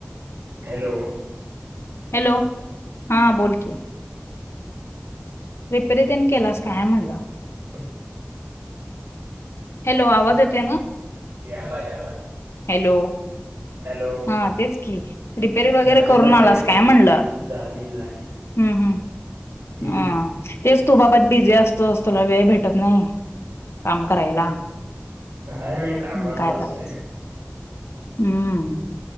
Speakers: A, on the right; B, on the left.
A: हॅलो!
B: हॅलो! हा बोल की. रिपेरी तेन केलास काय म्हणल?
A: <inaudible>
B: हॅलो! आवाज येतोय ना?
A: यालाय यालाय..
B: हॅलो!
A: हॅलो!
B: हा तेच की रिपेरी वगैरे
A: झाली
B: करून
A: झाली
B: आलास
A: रिपेरी
B: काय म्हणलं?
A: झाली झाली.
B: हम्म हम्म
A: हम्म
B: ह तेच तू बाबत बिझी असतोस तुला वेळ भेटत नाही. काम करायला,
A: काय नाही कामातच
B: मग काय
A: असतोय
B: करायचं हम्म..